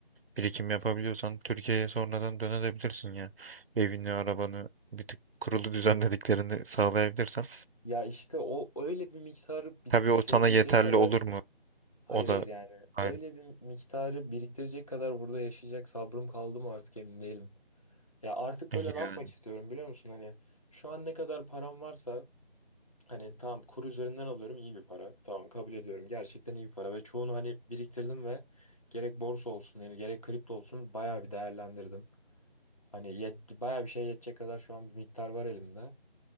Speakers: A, on the right; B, on the left.
A: birikim yapabiliyorsan Türkiye'ye sonradan dönebilirsin ya. Evini, arabanı bir tık kurulu düzenlediklerini sağlayabilirsen.
B: Ya işte o öyle bir miktarı bir
A: Tabii o
B: şey
A: sana
B: yapabilecek
A: yeterli
B: kadar
A: olur mu?
B: Hayır
A: O
B: hayır
A: da
B: yani
A: ayrı.
B: öyle bir miktarı biriktirecek kadar burada yaşayacak sabrım kaldı mı artık emin değilim. Ya artık
A: Yani,
B: böyle ne yapmak istiyorum biliyor musun? Hani şu an ne kadar param varsa hani tamam kur üzerinden alıyorum iyi bir para. Tamam kabul ediyorum gerçekten iyi bir para ve çoğunu hani biriktirdim ve gerek borsa olsun yani gerek kripto olsun bayağı bir değerlendirdim. Hani yet, bayağı bir şey yetecek kadar şu an bir miktar var elimde.